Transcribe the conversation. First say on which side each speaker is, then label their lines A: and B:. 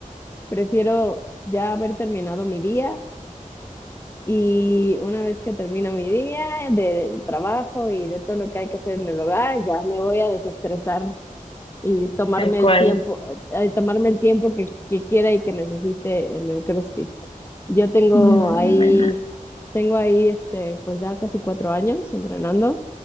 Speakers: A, on the left; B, on the left.
A: prefiero ya haber terminado mi día. Y una vez que termino mi día de trabajo y de todo lo que hay que hacer en el hogar, ya me voy a desestresar y tomarme
B: Tal cual.
A: el tiempo, eh, tomarme el tiempo que, que quiera y que necesite en el CrossFit. Yo tengo
B: Muy
A: ahí,
B: buena.
A: tengo ahí este, pues ya casi cuatro años entrenando.